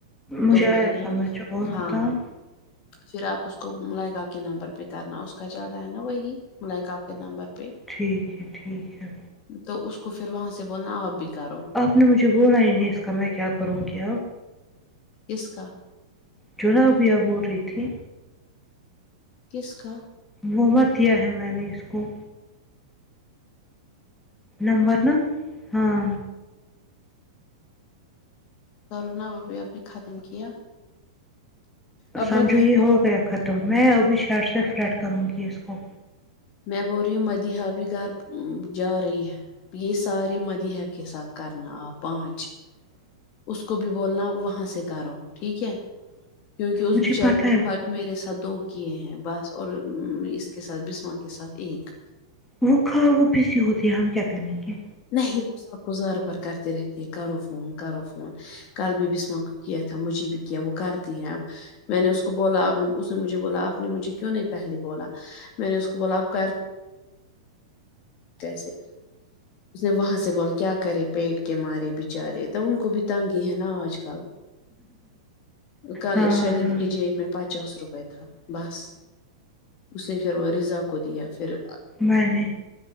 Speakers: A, in the centre; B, on the left (about 35°).
A: مجھے
B: تو
A: آیا
B: میں یہ
A: سمجھ اور
B: ہاں
A: بتاؤ
B: پھر آپ اس کو ملائکہ کے نمبر پہ کرنا اس کا چل رہا ہے نا وہی ملکہ کے نمبر پہ
A: ٹھیک ہے ٹھیک ہے
B: تو اس کو پھر وہاں سے بولنا آپ بھیکارو
A: آپ نے مجھے بولا ان نے اس کا میں کیا کروں گی
B: اس کا
A: جونا ابھیا بول رہی تھی
B: کس کا
A: وہ مت دیا ہے میں نے اس کو نمبر نا ہاں
B: کرونا ابھی اب نے ختم کیا اب
A: سمجھو
B: مدیحہ
A: یہ
B: کو
A: ہو گیاکھا تم میں ابھی شرٹ سے فریڈ کروں گی اس کو
B: می بولریو مدیحہ بھی گھر جا رہی ہے یہ سارے مدیحہ کے ساتھ کرنا آپ پانچ اس کو بھی بولنا وہاں سے کرو ٹھیک ہے کیونکہ اس
A: مجھے
B: بچارے
A: پتا ہے
B: نے
A: وہ
B: میرے ساتھ دو کیے ہیں بس اور اس کے ساتھ بسما کے ساتھ ایک
A: وہ کھا وہ سی ہوتی ہے ہم کیا کریں گے
B: نہیں وہ سب کوزار بھر کرتے رہتے کرو فون کرو فون کل بھی بسما کیا تھا مجھے بھی کیا وہ کرتی ہیں اب میں نے اس کو بولا آپ نے اس نے مجھے بولا آپ نے مجھے کیوں نہیں پہلے بولا میں نے اس کو بولا آپ کر کییسے اس نے وہاں سے بول کیا کرے پیٹ کے مارے بچارے تو ان کو بھی تنگی ہے نا آج کل کالے
A: ہاں
B: <unintelligible>
A: ہاں
B: جیب میں پچاس روپئے تھا بس اس نے پھر وہ رضا کو دیا پھر
A: میں نے